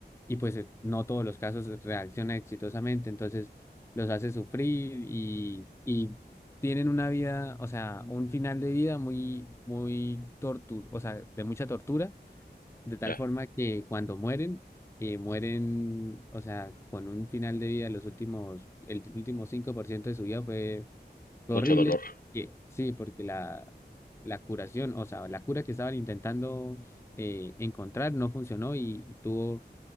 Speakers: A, on the left; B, on the left.
A: y pues eh, no todos los casos reaccionan exitosamente, entonces los hace sufrir y, y tienen una vida, o sea, un final de vida muy, muy tortura, o sea, de mucha tortura, de tal
B: ya,
A: forma que cuando mueren, eh, mueren, o sea, con un final de vida, los últimos, el último 5% de su vida fue, fue
B: mucho
A: horrible,
B: dolor.
A: que- sí, porque la... La curación, o sea, la cura que estaban intentando eh, encontrar no funcionó y y tuvo